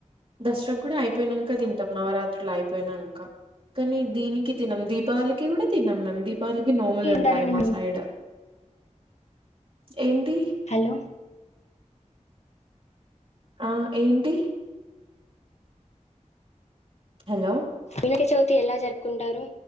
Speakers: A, on the right; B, on the left.
A: దసరా కూడా ఐపోయినంక తింటాం నవరాత్రులు ఐపోయినంక కనీ దీనికి తినం దీపావళికి కూడా తినం మేం దీ వాళ్ళకి నోములు
B: తింటారండి
A: ఉంటాయి మా
B: మేము
A: సైడ్ ఏంటి
B: హలో
A: ఆ ఏంటి హలో
B: వినయక చవితి ఎలా జరుపుకుంటారు